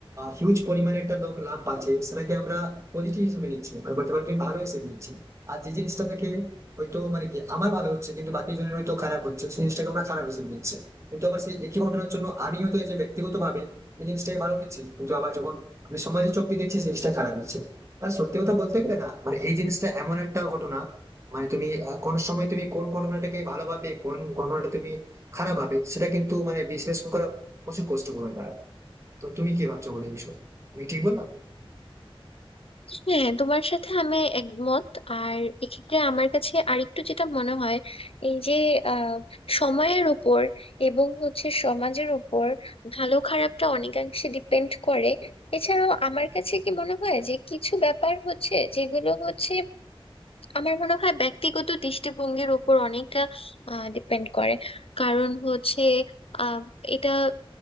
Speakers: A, on the right; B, on the left.
A: হিউজ পরিমাণে একটা লোক লাভ পাচ্ছে সেটাকে আমরা পজিটিভ হিসেবে নিচ্ছি বা বলতে পারি ভালো হিসেবে নিচ্ছি আর যে জিনিসটা থেকে হয়তো মানে কি আমার ভালো হচ্ছে কিন্তু বাকি জনের হয়তো খারাপ হচ্ছে সেই জিনিসটাকে আমরা খারাপ হিসেবে নিচ্ছি কিন্তু আবার সেই একই ঘটনার জন্য আমি হয়তো এই যে ব্যক্তিগত ভাবে আমি জিনিসটাকে ভালো দেখছি কিন্তু আবার যখন আমি সমাজে চোখ দিয়ে দেখছি জিনিসটা খারাপ হচ্ছে আর সত্যি কথা বলতে গেলে না মানে এই জিনিসটা এমন একটা ঘটনা মানে তুমি আহ, কোন সময় তুমি কোন ঘটনাটাকে ভালো ভাবে কোন ঘটনাটা তুমি খারাপ ভাবে সেটা কিন্তু মানে বিশ্লেষণ করা প্রচুর কষ্টকর ব্যাপার তো তুমি কি ভাবছো বলে এই বিষয়ে আমি ঠিক বললাম
B: হ্যাঁ তোমার সাথে আমি একমত আর এক্ষেত্রে আমার কাছে আরেকটু যেটা মনে হয় এই যে আহ, সময়ের উপর এবং হচ্ছে সমাজের উপর ভালো খারাপটা অনেকাংশে ডিপেন্ড করে এছাড়াও আমার কাছে কি মনে হয় যে কিছু ব্যাপার হচ্ছে যেগুলো হচ্ছে আমার মনে হয় ব্যক্তিগত দৃষ্টিভঙ্গির উপর অনেকটা ডিপেন্ড করে কারণ হচ্ছে আহ এটা